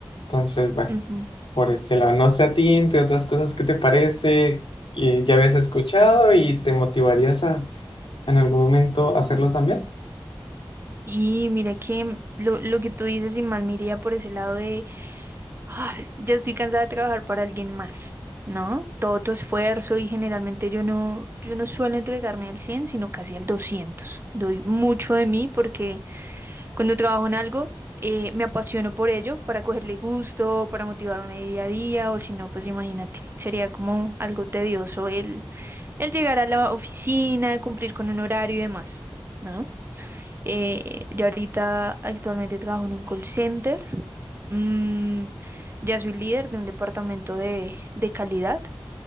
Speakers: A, on the left (about 80°); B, on the right (about 25°).
A: Entonces, bueno
B: ujú.
A: por este lado. No sé a ti, entre otras cosas, ¿qué te parece? Eh, ¿ya habías escuchado y te motivarías a en algún momento hacerlo también?
B: Sí, mira que lo, lo que tú dices, y mal me iría por ese lado Ay, ya estoy cansada de trabajar para alguien más, ¿no? Todo tu esfuerzo y generalmente yo no, yo no suelo entregarme al 100, sino casi al 200. Doy mucho de mí porque cuando trabajo en algo, eh, me apasiono por ello, para cogerle gusto, para motivarme día a día, o si no, pues imagínate, sería como algo tedioso el, el llegar a la oficina, cumplir con un horario y demás, ¿no? Eh, yo ahorita actualmente trabajo en un call center Mm, ya soy líder de un departamento de, de calidad,